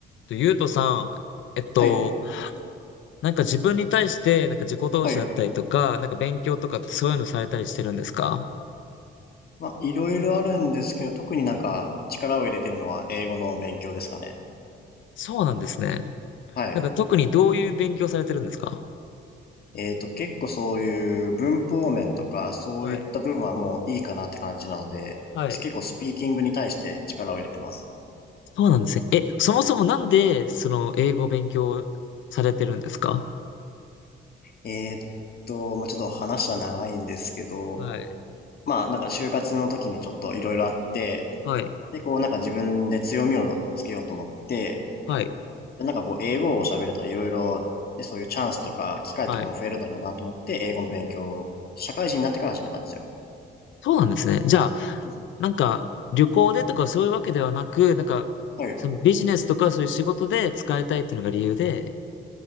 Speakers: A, on the left; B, on the left.
A: と、ゆうとさん、えっと、
B: はい、
A: なんか自分に対して、なんか自己投資だったりとか、
B: はい。
A: なんか勉強とかってそういうのされたりしてるんですか
B: まあ、いろいろあるんですけど、特になんか力を入れてるのは英語の勉強ですかね。
A: そうなんですね。
B: はい。
A: なんか特にどういう勉強されてるんですか
B: えっと、結構そういう文法面とか、そういった部分はもういいかなって感じなので、
A: はい。はい。
B: 結構スピーキングに対して力を入れてます。
A: そうなんですね。え、そもそもなんで、その、英語を勉強されてるんですか
B: えっと、まあ、ちょっと話は長いんですけど、
A: はい。
B: まあ、なんか就活の時にちょっといろいろあって、
A: はい。
B: で、こうなんか自分で強みをつけようと思って、
A: はい。
B: で、なんかこう、英語を喋れたらいろいろ、ね、そういうチャンスとか、機会とかも増えるだろうなと思って、
A: はい。
B: 英語の勉強を、社会人になってから始めたんですよ。
A: そうなんですね。じゃあ、
B: そうですね
A: なんか、旅行でとかそういうわけではなく、なんか、
B: はい。
A: そのビジネスとかそういう仕事で使いたいっていうのが理由で、